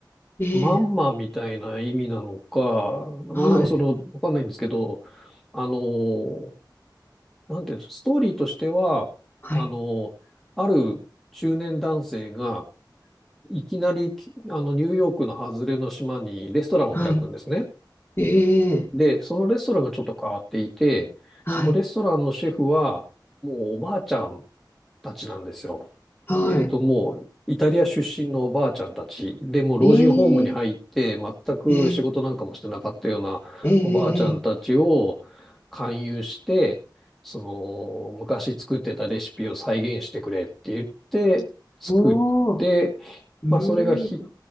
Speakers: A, on the left; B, in the centre.
A: ええ
B: マンマみたいな意味なのか、まあなんかその、
A: はい、
B: わかんないんですけど、あのーなんていうんですか、ストーリーとしては、
A: はい、
B: あの、ある中年男性が、いきなり、きあの、ニューヨークの外れの島にレストランを開くんですね。
A: はい。ええ
B: で、そのレストランがちょっと変わっていて、
A: はい、
B: そのレストランのシェフは、もうおばあちゃんたちなんですよ。
A: はい。
B: えっと、もう、イタリア出身のおばあちゃんたちで、もう老人ホームに入って、
A: ええ
B: 全く仕事なんかもしてなかったようなおばあちゃんたちを勧誘して、
A: ええええええ
B: その、昔作ってたレシピを再現してくれって言って、作って、
A: おお、うーん、
B: まあ、それがひ、